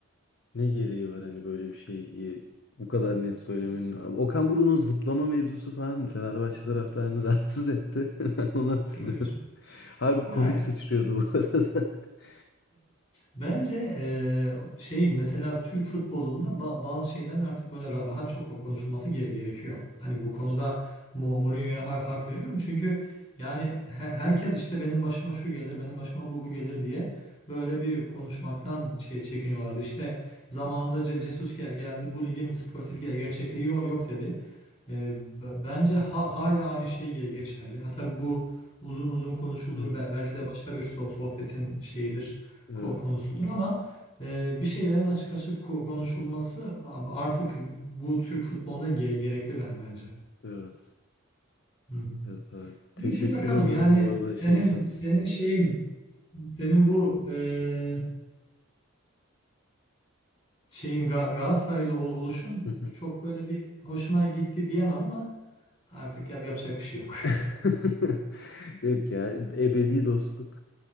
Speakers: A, on the left; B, on the left.
A: Ne gereği var hani böyle bir şeyi bu kadar net söylemenin. Okan Buruk'un o zıplama mevzusu falan Fenerbahçe taraftarını <laughs> rahatsız etti. <laughs> Ben onu hatırlıyorum.
B: <laughs>
A: Harbi
B: Ya
A: komik sıçrıyordu bu arada. <laughs>
B: Bence eee, şeyin mesela Türk futbolunda ba- bazı şeylerin artık böyle ra- rahatça ko- konuşulması ge- gerekiyor. Hani bu konuda Mo- Mourinho'ya ha- hak veriyorum. Çünkü yani he- herkes işte benim başıma şu gelir, benim başıma bu, bu gelir diye böyle bir konuşmaktan çe- çekiniyorlardı. İşte zamanında Ce Jesus ge- geldi bu ligin sportif ge- gerçekliği yok, yok dedi. Eee, b- bence ha- hala aynı şey ge- geçerli. Ha tabii bu uzun uzun konuşulur.
A: Evet.
B: Be- belki de başka bir so- sohbetin şeyidir
A: Evet.
B: ko- konusudur ama e, bir şeylerin açık açık ko- konuşulması ab- artık bu Türk futbolunda ge- gerekli ben bence.
A: Evet.
B: Hı hı.
A: Evet abi. Teşekkür
B: Bir, bir bakalım
A: ederim
B: yani
A: bu arada şey
B: senin
A: için.
B: senin şeyin senin bu e, şeyin Ga Galatasaraylı ol- oluşun
A: <laughs>
B: çok böyle bir hoşuma gitti diyemem ama artık yap yapacak bir şey yok.
A: <laughs> Yok ya ebedi dostluk,